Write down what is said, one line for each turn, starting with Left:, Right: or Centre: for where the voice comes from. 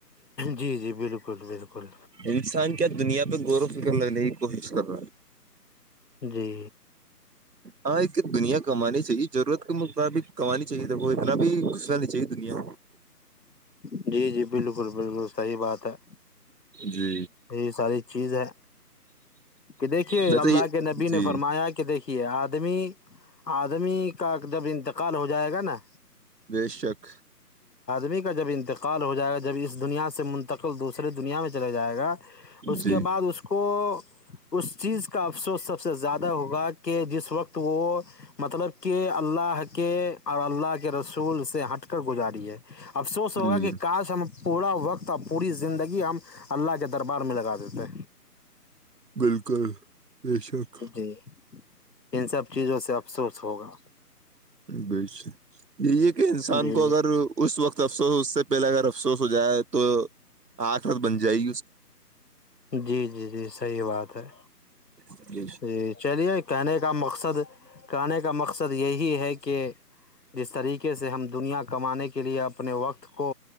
Left: جی جی بالکل بالکل
Right: انسان کیا دنیا غور و فکر لگنے کی کوشش کر رہا ہے
Left: جی
Right: ہاں ایک دنیا کمانی چاہیے ضرورت کے مطابق کمانی چاہیے دیکھ ملبھی کسنی چاہیے دنیا
Left: سہی <inaudible> جی جی بالکل بالکل صحیح بات ہے
Right: میں۔ جی
Left: یہی ساری چیز ہے کہ دیکھیے
Right: میں تو
Left: اللہ
Right: یہ
Left: کے نبی
Right: جی
Left: نے فرمایا کہ دیکھیے آدمی آدمی کا جب انتقال ہو جائے گا نا
Right: بے شک
Left: می کا جب انتقال ہو جائے گا جب اس دنیا سے منتقل دوسرے دنیا میں چلاے جائے گا اس
Right: جی
Left: کے بعد اس کو اس چیز کا افسوس سب سے زیادہ ہوگا کہ جس وقت وہ مطلب کہ اللہ کے اور اللہ کے رسول سے ہٹ کر گزاری ہے افسوس ہوگا
Right: جی
Left: کہ کاس ہم پورا وقت ا پوری زندگی ہم اللہ کے د دربار میں لگا دیتے
Right: بالکل بے شک
Left: جی ان سب چیزوں سے افسوس ہوگا
Right: بے شک یہ کہ انسان
Left: جی
Right: کو اگر اس وقت افسوس اس سے پہلے اگر افسوس ہو جائے تو آٹھ اور بن جائے گی اس
Left: جی جی جی صحیح بات ہے
Right: کی
Left: جی چلیے کہنے کا مقصد کہنے کا مقصد مقصد یہی ہے کہ جس طریقے سے ہم دنیا کمانے کے لیے اپنے وقت کو